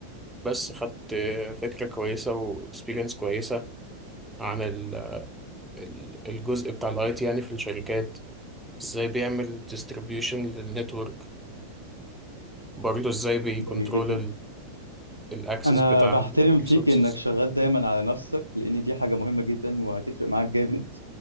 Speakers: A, in the centre; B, on the left.
A: بس خدت آه، فكرة كويسة واكسبيرينس كويسة عن ال- ال- الجزء بتاع الاي تي يعني في الشركات ازاي بيعمل ديستريبيوشن للنتورك برضه ازاي بيكنترول
B: جميل جدا
A: الاكسس
B: انا
A: بتاع
B: بحترم
A: الريسورسز
B: فيك انك شغال دايما على نفسك لان دي حاجة مهمة جدا وهتفرق معاك جامد